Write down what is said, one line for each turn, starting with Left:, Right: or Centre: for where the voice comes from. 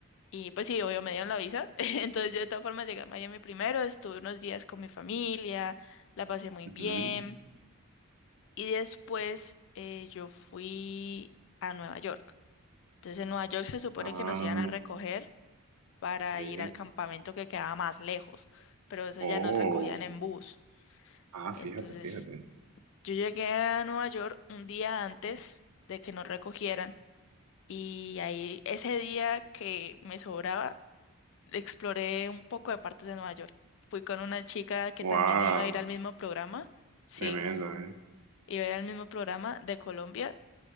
Left: Y pues sí, obvio, me dieron la visa. <laughs> Entonces yo de todas formas llegué a Miami primero, estuve unos días con mi familia, la pasé muy
Right: ujú.
Left: bien. Y después eh, yo fui a Nueva York. Entonces en Nueva York se supone
Right: Ah,
Left: que nos iban a recoger para
Right: ok.
Left: ir al campamento que quedaba más lejos, pero eso
Right: Oh,
Left: ya nos recogían en bus.
Right: ah,
Left: Entonces
Right: fíjate, fíjate.
Left: yo llegué a Nueva York un día antes de que nos recogieran. Y ahí ese día que me sobraba exploré un poco de partes de Nueva York. Fui con una chica que
Right: Wow,
Left: también iba a ir al mismo programa. Sí,
Right: tremendo, ¿eh? <gasps>
Left: iba a ir al mismo programa de Colombia.